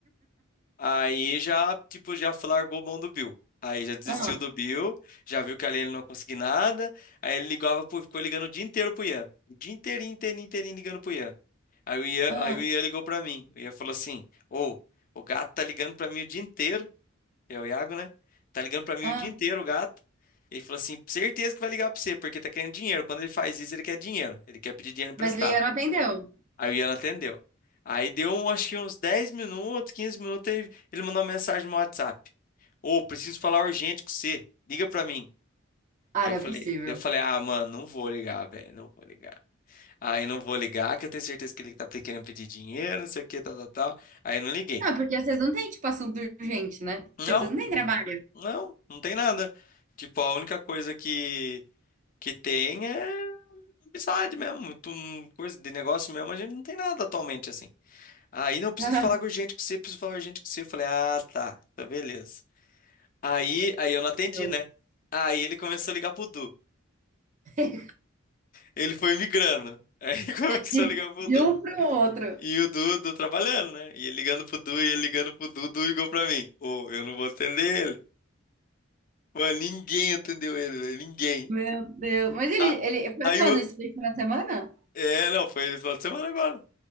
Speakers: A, on the left (about 40°); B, on the right (about 35°).
A: Aí já, tipo, já largou mão do Bill. Aí já desistiu
B: Ah,
A: do Bill, já viu que ali ele não conseguia nada. Aí ele ligava, pro- ficou ligando o dia inteiro pro Ian. O dia inteirinho, inteirinho, inteirinho ligando pro Ian. Aí o Ian,
B: ah,
A: aí o Ian ligou pra mim. O Ian falou assim: Ô, o gato tá ligando pra mim o dia inteiro. É o Iago, né? Tá ligando pra mim
B: ah.
A: o dia inteiro o gato. Ele falou assim: certeza que vai ligar pra você, porque tá querendo dinheiro. Quando ele faz isso, ele quer dinheiro. Ele quer pedir dinheiro emprestado.
B: Mas Lia não atendeu.
A: Aí o Ian atendeu. Aí deu, um- acho que uns 10 minutos, 15 minutos, ele, ele mandou uma mensagem no WhatsApp. Ô, preciso falar urgente com você. Liga pra mim.
B: Ah,
A: Aí
B: não
A: eu falei,
B: é possível.
A: daí eu falei, ah, mano, não vou ligar, velho, não vou ligar. Aí não vou ligar, que eu tenho certeza que ele tá querendo pedir dinheiro, não sei o que, tal, tal, tal. Aí não liguei.
B: Não, porque vocês não têm, tipo, assunto urgente, né?
A: Não,
B: Tipo, vocês não têm trabalho.
A: não, não tem nada. Tipo, a única coisa que, que tem é amizade mesmo. Tu, coisa de negócio mesmo, a gente não tem nada atualmente, assim. Aí não preciso
B: <laughs>
A: falar com urgente com você, preciso falar urgente com você. Eu falei, ah, tá, tá, beleza. Aí, aí eu não
B: Ah,
A: atendi,
B: meu
A: né? Aí ele começou a ligar pro Du.
B: Deus.
A: Ele foi migrando. Aí <laughs> começou
B: De,
A: a ligar pro
B: de
A: Du.
B: um para o outro.
A: E o Du, Du trabalhando, né? E ele ligando pro Du, e ele ligando pro Du, o Du ligou pra mim. Ô, eu não vou atender ele. Mano, ninguém atendeu ele, velho, ninguém.
B: Meu Deus. Mas ele,
A: A
B: ele foi
A: aí
B: quando?
A: o.
B: Isso foi na semana?
A: É, não, foi no final de semana agora.